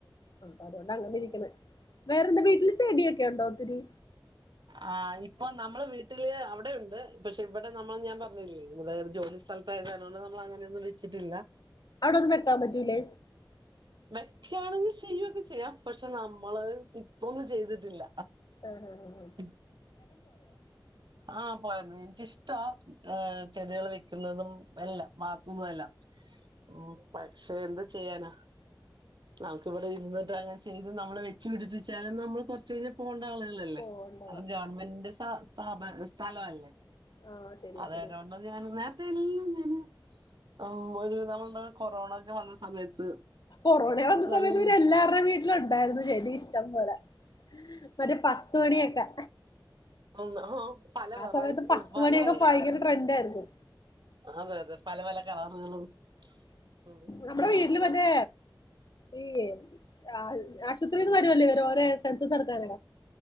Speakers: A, on the left; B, on the right.
A: ആഹ് അപ്പൊ അതുകൊണ്ടാ അങ്ങനെ ഇരിക്കണ്. വേറെ എന്താ വീട്ടില് ചെടിയൊക്കെ ഉണ്ടോ ഒത്തിരി
B: ആഹ് ഇപ്പൊ നമ്മള് വീട്ടില് അവിടെയുണ്ട് പക്ഷെ ഇവിടെ നമ്മൾ ഞാൻ പറഞ്ഞില്ലേ ജോലി സ്ഥല ത്തായത് കാരണം കൊണ്ട് നമ്മൾ അങ്ങനൊന്നും വെച്ചിട്ടില്ല
A: അവിടൊന്നും വെക്കാൻ പറ്റൂലേ
B: വെക്കയാണെങ്കിൽ ചെയ്യുവൊക്കെ ചെയ്യാം പക്ഷെ നമ്മള് ഇപ്പൊന്നും ചെയ്തിട്ടില്ല
A: ആഹ് ആഹ് ആഹ് അഹ്
B: ഉം <unintelligible> ആഹ് പോയരുന്നു എനിക്കിഷ്ടാ ഏഹ് ചെടികൾ വെക്കുന്നതും എല്ലാം മാത്തുന്നല്ലം ഉം പക്ഷെ എന്ത് ചെയ്യാനാ നമുക്ക് ഇവിടെ ഇരുന്നിട്ട് അങ്ങനെ ചെയ്ത് നമ്മള് വെച്ച് പിടിപ്പിച്ചാലും നമ്മൾ കൊറച്ച് കഴിഞ്ഞപോണ്ട ആളുകളല്ലേ
A: പോവണ്ടവാ
B: അത് ഗവൺമെന്റിന്റെ സ സ്ഥാപന സ്ഥലവല്ലേ
A: ആഹ് ശരിയ
B: അതര്നോണ്ട്
A: ശരിയ
B: ഞന് ന്നാ തെല്ലും ന്നാലും ഉം ഒരു വിധ നമ്മളുടെ കൊറോണ ഒക്കെ വന്ന സമയത്ത്
A: കൊറോണ വന്ന
B: നല്ല
A: സമയത്ത് പിന്നെ ല്ലാർടേം വീട്ടിലുണ്ടാർന്നു ചെടി ടം പോലെ മറ്റേ പത്ത് മണിയൊക്കാ
B: ഉം ആഹ് പല വെറൈ
A: സമയത്ത് പത്ത്
B: പല
A: മണിയൊക്കെ
B: വല
A: ഭയങ്കര
B: കളറും
A: ട്രെൻഡ് ആയിരുന്നു
B: അതെ അതെ പല വല കളറ്കളും <unintelligible>
A: ന്നമ്ടെ വീട്ടില് മറ്റേ ഈ ആ ആശുപത്രിയിൽന്ന് വരുവല്ലേ ഇവരോരെ സെൻസ് എട്ക്കാൻ വ്ടെ